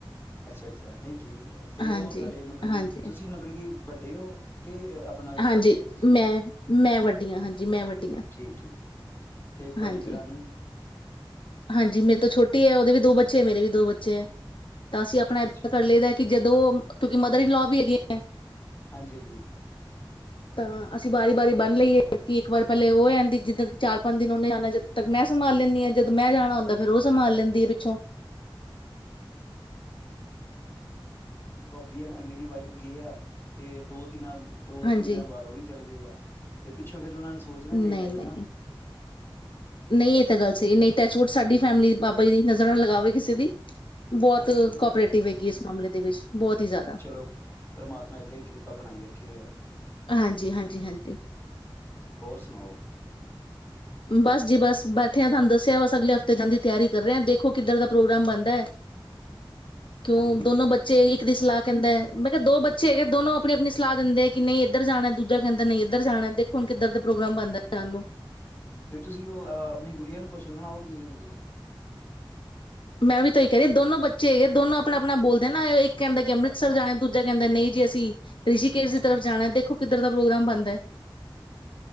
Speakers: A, on the left; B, on the left.
A: ਅੱਛਾ ਅੱਛਾ ਨਹੀਂ ਠੀਕ ਹੈ ਤੇ
B: ਹਾਂਜੀ,
A: ਉਹ ਤੁਹਾਡੇ ਮਤਲਬ ਕੀ
B: ਹਾਂਜੀ,
A: ਤੁਸੀਂ ਮਤਲਬ ਕੀ ਵੱਡੇ ਹੋ ਕਿ ਆਪਣਾ
B: ਹਾਂਜੀ
A: ਛੋਟੇ ਹੋ ਤੁਸੀਂ
B: ਮੈਂ, ਮੈਂ ਵੱਡੀਆਂ ਹਾਂਜੀ ਮੈਂ ਵੱਡੀ
A: ਠੀਕ-ਠੀਕ ਤੇ ਤੁਹਾਡੀ
B: ਹਾਂਜੀ
A: ਦਰਾਣੀ
B: ਹਾਂਜੀ ਮੇਰੇ ਤੋਂ ਛੋਟੀ ਹੈ ਉਹਦੇ ਵੀ ਦੋ ਬੱਚੇ ਹੈ ਮੇਰੇ ਵੀ ਦੋ ਬੱਚੇ ਹੈ ਤਾਂ ਅਸੀਂ
A: ਅੱਛਾ-ਅੱਛਾ
B: ਆਪਣਾ ਇਏਦਾਂ ਕਰ ਲਦਾ ਕਿ ਜਦੋਂ ਕਿਉਂਕਿ ਮਦਰ ਇਨਲੋ ਵੀ ਹੈਗੇ ਹੈ
A: ਹਾਂਜੀ ਹਾਂਜੀ
B: ਤਾਂ ਅਸੀਂ ਵਾਰੀ ਵਾਰੀ ਬੰਨ ਲਈਏ ਜਦ ਕਿ ਇੱਕ ਵਾਰ ਪਹਿਲੇ ਉਹ ਆ ਜਾਂਦੀ ਜਿੱਦਾਂ ਚਾਰ ਪੰਜ ਦਿਨ ਉਹਨੇ ਜਾਣਾ ਜਦੋਂ ਤੱਕ ਮੈਂ ਸੰਭਾਲ ਲੈਂਦੀ ਹਾਂ ਜਦੋਂ ਮੈਂ ਜਾਣਾ ਹੁੰਦਾ ਫਿਰ ਉਹ ਸੰਭਾਲ ਲੈਂਦੀ ਹੈ ਪਿੱਛੋਂ
A: ਭਾਬੀ ਹੈ ਮੇਰੀ ਵਾਈਫ ਗਏ ਆ ਤੇ ਦੋ ਤਿੰਨ ਦੋ
B: ਹਾਂਜੀ
A: ਤਿੰਨ ਦਿਨਾਂ ਬਾਅਦ ਉਹ ਵੀ ਚੱਲ ਗਏ ਆ ਤੇ ਪਿੱਛੋਂ ਫਿਰ ਉਹਨਾਂ ਨੂੰ ਸੋਚਣਾ
B: ਨਹੀਂ-ਨਹੀਂ
A: ਚਾਹੀਦਾ ਸੀ ਨਾ
B: ਨਹੀਂ ਨਹੀਂ ਇਹ ਤਾਂ ਗੱਲ ਸਹੀ ਨਹੀਂ ਟੈਚਵੁਡ ਸਾਡੀ ਫੈਮਲੀ ਨਜ਼ਰ ਨਾ ਲਗਾਵੇ ਕਿਸੇ ਦੀ ਬਹੁਤ
A: ਹਾਂਜੀ-ਹਾਂਜੀ
B: ਕੋਪਰੇਟਿਵ ਹੈ ਇਸ ਮਾਮਲੇ ਦੇ ਵਿੱਚ ਬਹੁਤ ਹੀ ਜ਼ਿਆਦਾ
A: ਚਲੋ ਪਰਮਾਤਮਾ ਏਦਾਂ ਹੀ ਕਿਰਪਾ ਬਣਾਈ ਰੱਖੇ
B: ਹਾਂਜੀ ਹਾਂਜੀ ਹਾਂਜੀ
A: ਹੋਰ ਸੁਣਾਓ
B: ਬਸ ਜੀ ਬਸ ਬੈਠੇ ਤੁਹਾਨੂੰ ਦੱਸਿਆ ਬਸ ਅਗਲੇ ਹਫ਼ਤੇ ਜਾਂਣ ਦੀ ਤਿਆਰੀ ਕਰ ਰਹੇ ਦੇਖੋ ਕਿੱਧਰ ਦਾ ਪ੍ਰੋਗਰਾਮ ਬਣਦਾ ਹੈ ਕਿਉਂ
A: ਹਾਂਜੀ
B: ਦੋਨੋ ਬੱਚੇ ਇੱਕ ਦੀ ਸਲਾਹ ਕਹਿੰਦਾ ਮੈਂ ਕਿਹਾ ਦੋ ਬੱਚੇ ਹੈਗੇ ਦੋਨੋ ਆਪਣੀ ਆਪਣੀ ਸਲਾਹ ਦਿੰਦੇ ਕਿ ਨਹੀਂ ਇੱਧਰ ਜਾਣਾ ਦੂਜਾ ਕਹਿੰਦਾ ਨਹੀਂ ਇੱਧਰ ਜਾਣਾ ਦੇਖੋ ਹੁਣ ਕਿੱਧਰ ਦਾ ਪ੍ਰੋਗਰਾਮ ਬਣਦਾ ਸਾਨ ਨੂੰ
A: ਤੇ ਤੁਸੀਂ ਉਹ ਆਪਣੀ ਗੁੜੀਆਂ ਨੂੰ ਪੁੱਛ ਲੈਣਾ ਉਹ ਕੀ ਕਹਿੰਦੀ ਹੈ
B: ਮੈਂ ਵੀ ਤਾਂ ਉਹੀ ਕਹਿ ਰਹੀ ਦੋਨੋ ਬੱਚੇ ਹੈਗੇ ਦੋਨੋ ਆਪਣਾ ਆਪਣਾ ਬੋਲਦੇ ਨਾ ਕਹਿੰਦਾ ਕਿ ਅੰਮ੍ਰਿਤਸਰ
A: ਅੱਛਾ
B: ਜਾਣੇ ਦੂਜਾ ਕਹਿੰਦੇ ਨਹੀਂ ਜੀ ਅਸੀਂ ਰਿਸ਼ੀਕੇਸ਼ ਦੀ ਤਰਫ ਜਾਣਾ ਦੇਖੋ ਕਿੱਧਰ ਦਾ ਪ੍ਰੋਗਰਾਮ ਬੰਦਾ ਹੈ